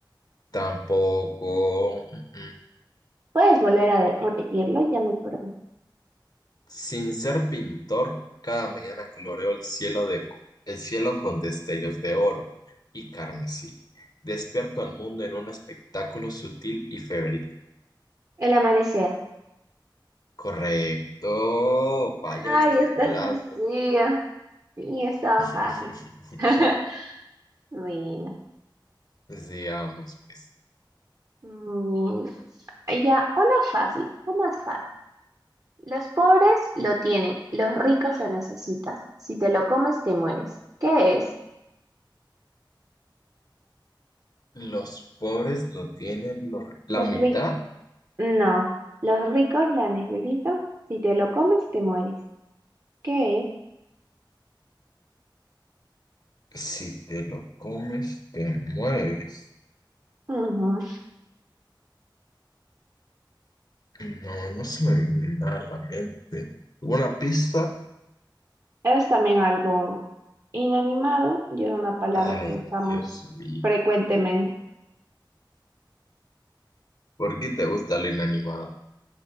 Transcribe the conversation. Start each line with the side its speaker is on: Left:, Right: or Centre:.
Left: Tampoco. mm, mm.
Right: Puedes volver a de- repetirlo, ya me perdí.
Left: Sin ser pintor, cada mañana coloreo el cielo de, el cielo con destellos de oro y carmesí. Despierto al mundo en un espectáculo sutil y febril.
Right: El amanecer.
Left: Correcto. Vaya,
Right: Ay,
Left: estás
Right: está
Left: volando.
Right: sencilla. Sí, estaba
Left: <laughs>
Right: fácil. <laughs> Bueno,
Left: Digamos, pues,
Right: mm, ya, una fácil, una fácil. Los pobres lo tienen, los ricos lo necesitan. Si te lo comes, te mueres. ¿Qué es?
Left: los pobres lo tienen, lo- la
Right: Los
Left: humildad,
Right: ricos. No, los ricos la necesitan. Si te lo comes, te mueres. ¿Qué es?
Left: si te lo comes, te mueres.
Right: Ujú.
Left: No, no se me viene nada a la mente. ¿Una pista?
Right: Es también algo inanimado y es una palabra
Left: Ay,
Right: que usamos
Left: Dios mío.
Right: frecuentemente.
Left: ¿Por qué te gusta lo inanimado?